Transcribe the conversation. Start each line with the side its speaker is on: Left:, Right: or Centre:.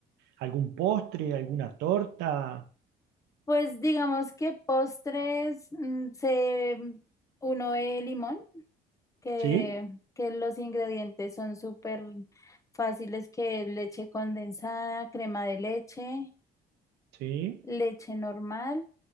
Right: algún postre, alguna torta?
Left: Pues digamos que postres mm, se mm, uno el limón, que,
Right: Sí,
Left: que los ingredientes son súper fáciles, que es leche condensada, crema de leche,
Right: sí,
Left: leche normal.